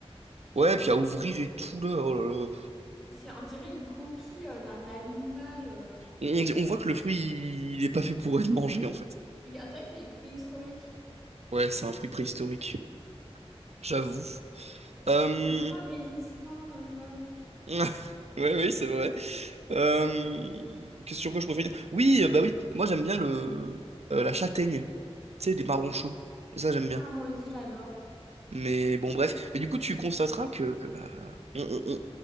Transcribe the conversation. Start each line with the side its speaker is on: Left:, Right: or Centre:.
Right: Ouais, puis à ouvrir et tout, là, oh là là.
Centre: Puis c'est, on dirait une coquille euh, d'un animal. euh.
Right: On, on on voit que le fruit, il il est pas fait pour être mangé, en fait.
Centre: Il, on dirait qu'il est préhistorique.
Right: Ouais, c'est un fruit préhistorique. J'avoue. Euh...
Centre: Parce qu'il est tellement résistant comme ça.
Right: <laughs> Ouais, oui, c'est vrai. Euh... Qu'est-ce sur quoi je préfère dire? Oui, euh, bah oui, moi j'aime bien le euh, la châtaigne, tu sais, des marrons chauds. Ça, j'aime bien.
Centre: Ah, moi aussi, j'adore.
Right: Mais bon, bref. Mais du coup, tu constateras que, que, bah, on, on- on-